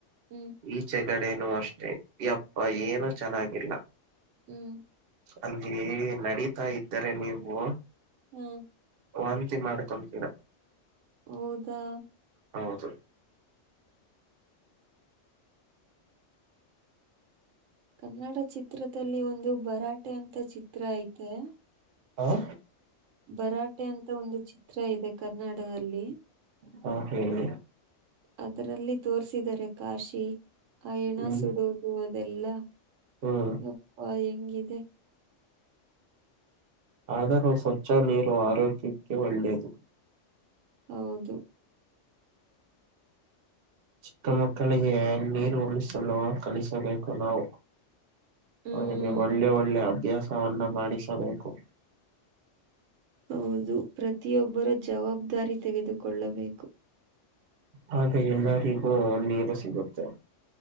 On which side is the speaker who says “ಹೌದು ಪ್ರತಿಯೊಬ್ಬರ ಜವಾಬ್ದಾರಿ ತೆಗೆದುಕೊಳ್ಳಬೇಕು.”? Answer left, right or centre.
Right